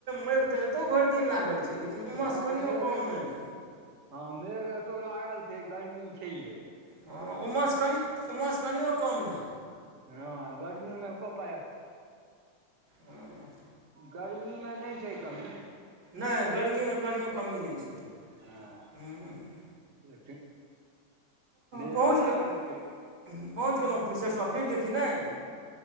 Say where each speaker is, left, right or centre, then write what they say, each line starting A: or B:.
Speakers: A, on the right; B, on the right.
A: मेघ तऽ एतौ भैर दिन लागल छै लेकि कि उमहरस
B: हँ
A: कनियओ
B: मेघ
A: कम
B: एतो
A: नै हे।
B: हँ मेघ एतो लागल छै, गर्मी छये।
A: हँ उमसँ कनि उमसँ कनिओ कम नै।
B: हँ गर्मी मे एको पाया
A: हँ
B: गर्मीमे नहि छै कमी।
A: नहि गर्मीमे कनियओ कमी नै छै।
B: हँ
A: हँ
B: <unintelligible> मेघ
A: पहुँच
B: लागल
A: गेल
B: छै।
A: पहुँच गेलहुँ <unintelligible> सरिसो फीलड कि नहि?